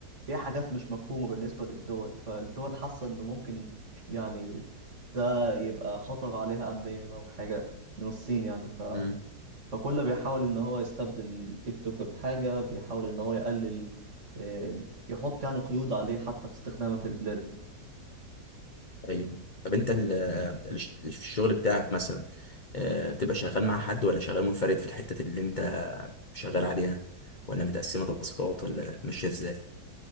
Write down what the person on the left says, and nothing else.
مم.
ايوه طب انت ال- ال- في الشغل بتاعك مثلا آه، بتبقى شغال مع حد ولا شغال منفرد في الحته اللي انت شغال عليها ولا متقسمه تاسكات ولا ماشيه ازاي؟